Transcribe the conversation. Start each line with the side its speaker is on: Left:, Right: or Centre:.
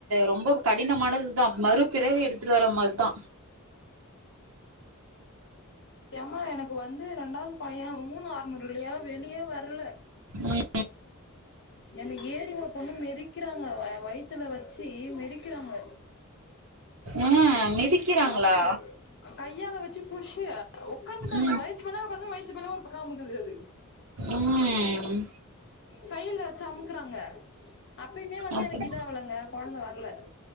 Right: ரொம்ப கடினமானதுதா மறுபிறவி எடுத்துட்டு வர மாரிதா
Left: எம்மா எனக்கு வந்து ரெண்டாவது பைய மூணு அறுநூறு இல்லியா வெளியே வர வர்ல
Right: ம்.
Left: என்ன ஏறி ஒரு பொண்ணு மெறிக்கிறாங்க வயித்துல வச்சு மிறிக்கிறாங்க
Right: ம். மிதிக்கிறாங்களா?
Left: அப்ப கையால வச்சு புஷு உடக்காந்துட்டா
Right: ம்.
Left: எ வயத்து மேல உக்காந்து வயத்து மேல ஒரு பக்கம் அமுக்குது அது
Right: ம்.
Left: சைடுல்ல வச்சு அமுக் இருக்குறாங்க அப்பயுமே வந்து
Right: அப்புறம்
Left: எனக்கு இதாவளங்க கொழந்த வரல